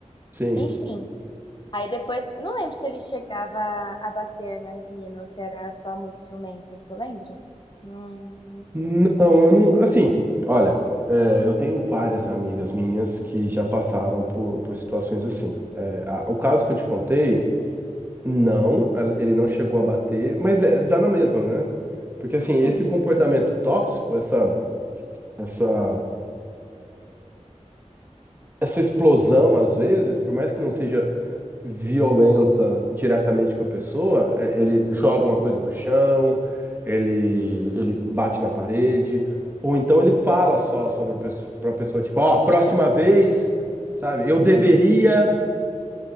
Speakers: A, on the right; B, on the left.
A: sim.
B: Enfim, aí depois, não lembro se ele chegava a bater na menina ou se era só muito ciumento, tu lembra? Não, não sei.
A: Não, eu não. Assim, olha, é, eu tenho várias amigas minhas que já passaram por, por situações assim. É, a- o caso que eu te contei, não, ela- ele não chegou a bater, mas é, dá na mesma, né? Porque assim, esse
B: Uhum.
A: comportamento tóxico, essa. essa essa explosão, às vezes, por mais que não seja violenta diretamente com a pessoa, é, ele joga uma
B: Uhum.
A: coisa no chão, ele, ele bate na parede, ou então ele fala só sobre a pessoa, pra pessoa, tipo, ó, próxima vez, sabe, eu deveria.
B: Uhum.